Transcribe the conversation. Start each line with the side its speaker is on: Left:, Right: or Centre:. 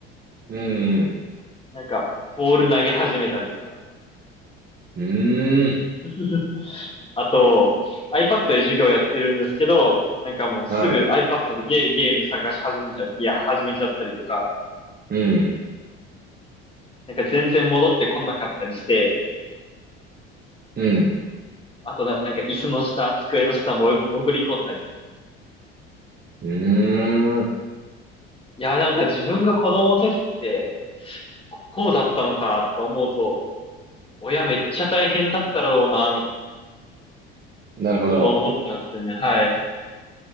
Right: い。うん。
Left: なんかボール投げ始めたりとか。
Right: うーん。
Left: <laughs> あと、iPad で授業やってるんですけど、なんかもうすぐ
Right: はい。
Left: iPad でゲ、ゲーム探し始めちゃって、いや、始めちゃったりとか、
Right: うん。
Left: なんか全然戻ってこなかったりして、
Right: うん。
Left: あとなんか椅子の下、机の下も潜り込んだりとか。
Right: うーん。
Left: いや、なんか自分が子供の時って、こうだったのかとか思うと、親めっちゃ大変だっただろうな、みたいな。
Right: なるほど。
Left: そういうの思ったんですよね。はい。